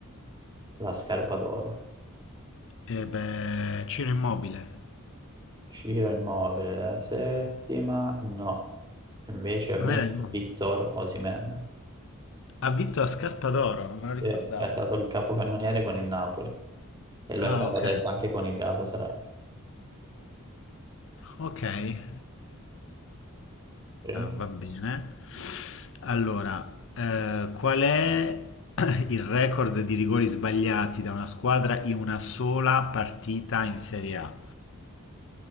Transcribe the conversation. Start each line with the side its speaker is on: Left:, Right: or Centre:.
Right: La scarpa d'oro.
Left: E beh, Ciro Immobile.
Right: Ciro Immobile, la settima, no. Invece ha vinto
Left: Non era Immobile.
Right: Victor Osimhen,
Left: Ha vinto a scarpa d'oro, non me lo ricordavo.
Right: che è stato il capocannoniere con il Napoli e lo
Left: Ah,
Right: è stato
Left: ok.
Right: adesso anche con il Galatasaray.
Left: Ok, eh,
Right: 3,
Left: va bene. Allora, eh, qual è <clears throat> il record di rigori sbagliati da una squadra in una sola partita in Serie A?